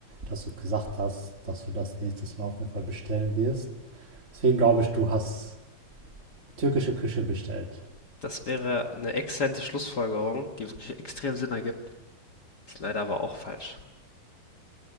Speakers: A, on the right; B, on the left.
A: dass du gesagt hast, dass du das nächstes Mal auf jeden Fall bestellen wirst. Deswegen glaube ich, du hast türkische Küche bestellt.
B: Das wäre eine exzellente Schlussfolgerung, die wirklich extrem Sinn ergibt. Ist leider aber auch falsch.